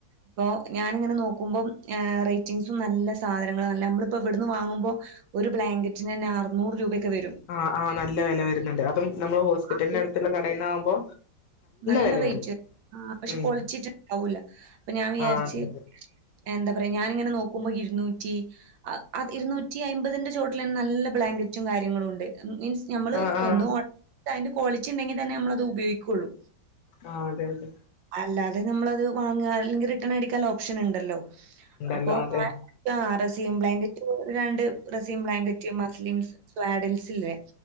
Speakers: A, on the right; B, on the left.
A: ഇപ്പൊ ഞാനിങ്ങനെ നോക്കുമ്പോം റേറ്റിംഗ് നല്ല സാധനങ്ങൾ ആണല്ലോ നമ്മളിപ്പോ ഇവിടുന്ന് വാങ്ങുമ്പോ ഒരു ബ്ലാങ്കറ്റിന് തന്നെ അറുന്നൂറ് രൂപയൊക്കെ വരും
B: ആഹ് ആഹ് നല്ല വില വരുന്നുണ്ട് അതും നമ്മള് ഹോസ്പിറ്റലിന്റെ
A: അതില്
B: അടുത്തുള്ള കടയിൽന്ന ആകുമ്പോ
A: നല്ല
B: വില
A: റേറ്റ്
B: കയറി
A: ആ പക്ഷെ
B: ഉം
A: കൊളിച്ചിട്ടണ്ടാവൂല അപ്പൊ ഞാൻ വിചാരിച്ച്
B: ആ അതെ അതെ
A: എന്താ പറയാ ഞാനിങ്ങനെ നോക്കുമ്പോ ഇരുന്നൂറ്റി അഹ്അത് ഇരുന്നൂറ്റി അയ്മ്പതിന്റെ ചോട്ടിലന്നെ നല്ല ബ്ലാങ്കറ്റും കാര്യങ്ങളും ഉണ്ട് മീൻസ് നമ്മള്
B: ആ ആ
A: ഒന്ന് ഓ <inaudible> താഅയി ന്റെ കോളിറ്റി ണ്ടെങ്കി തന്നെ നമ്മളത് ഉപയോഗിക്കുള്ളു
B: ആ ഹ്അതെ അതെ
A: അല്ലാതെ നമ്മളത് വാങ്ങ അല്ലെങ്കി റിട്ടേൺ അടിക്കാ ള്ള ഓപ്ഷൻ ണ്ടല്ലോ
B: ഉണ്ടല്ലോ
A: അപ്പൊ
B: അതെ
A: ആ റസീ ബ്ലങ്കറ്റ് രണ്ട് റസീം ബ്ലാങ്കറ്റ് മസ്ലിം സ്വാഡൽസ്ല്ല്ലേ